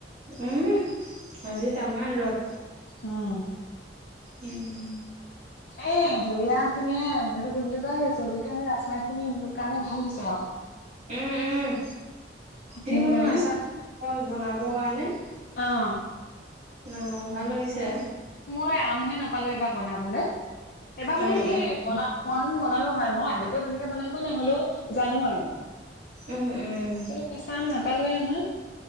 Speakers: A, on the right (about 40°); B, on the left (about 55°).
A: উম, আজি তামাম ৰ'দ।
B: উম।
A: উম।
B: এই হেৰিয়া খিনিয়ে মটো কি বুলি কয় জলকীয়া আচাৰ খিনি দিলোঁ কাৰণে ভাল হৈছে আৰু।
A: উম, উম,
B: সেইখিনিৰ
A: যিকোনো
B: কাৰণে
A: আচাৰ বনাবৰ কাৰণে
B: অ'
A: অ' ভাল হৈছে।
B: মই আমহে নাপালোঁ, এইবাৰ বনাবলৈ, এইবাৰ
A: উম,
B: মানে কি
A: উম,
B: বনা পোৱা হ'লে বনালো হয় মই আগতে তেনেকে বনাবই নহ'লেও জানো আৰু।
A: উম, উম,
B: কিন্তু, কেঁচা আম নাপালোয় নহয়।